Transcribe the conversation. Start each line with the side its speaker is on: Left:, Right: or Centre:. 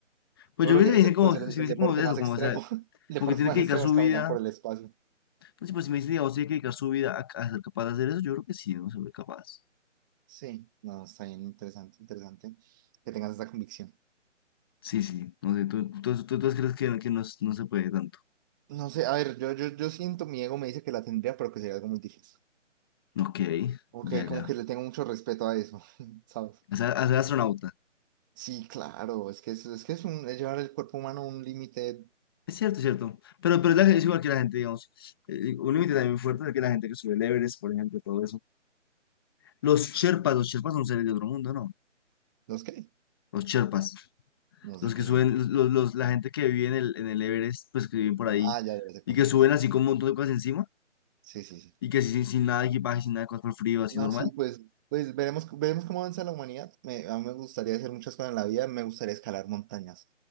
Left: Pues
Right: Yo
Left: yo
Right: creo
Left: creo que
Right: que
Left: si me
Right: ese
Left: dicen
Right: puede
Left: como,
Right: ser
Left: si
Right: el,
Left: me
Right: el
Left: dicen
Right: deporte
Left: como eso,
Right: más
Left: como,
Right: extremo.
Left: o sea,
Right: <laughs> El deporte
Left: como que tiene
Right: más
Left: que dedicar
Right: extremo
Left: su
Right: es caminar
Left: vida,
Right: por el espacio.
Left: pues, sí, pues si me dicen, digamos, tiene que dedicar su vida a, a ser capaz de hacer eso, yo creo que sí, no soy capaz.
Right: Sí, no, está bien, interesante, interesante que tengas esa convicción.
Left: Sí, sí, no sé, tú, tú, tú, tú crees que, que no, no se puede tanto.
Right: No sé, a ver, yo, yo, yo siento, mi ego me dice que la tendría, pero que sería algo muy difícil.
Left: Ok,
Right: Ok,
Left: ya, ya.
Right: como que le tengo mucho respeto a eso, <laughs> ¿sabes?
Left: O sea, a ser astronauta.
Right: Sí, claro, es que es, es que es un es llevar el cuerpo humano a un límite,
Left: Es cierto, es cierto. Pero, pero es, la- es igual que la gente, digamos. eh, un límite también muy fuerte es que la gente que sube el Everest, por ejemplo, todo eso. Los Sherpas, los Sherpas son seres de otro mundo, ¿no?
Right: no es qué,
Left: Los Sherpas.
Right: no sé
Left: Los
Right: qué
Left: que suben,
Right: son.
Left: los, los- la gente que vive en el, en el Everest, pues que viven por ahí
Right: Ah, ya, ya sé cuáles
Left: y que suben
Right: son.
Left: así con un montón de cosas encima
Right: Sí, sí, sí.
Left: y que sí, sin, sin nada de equipaje, sin nada de cosas por frío, así
Right: No,
Left: normal,
Right: sí, pues, pues veremos, veremos cómo avanza la humanidad. Me, a mí me gustaría hacer muchas cosas en la vida, me gustaría escalar montañas.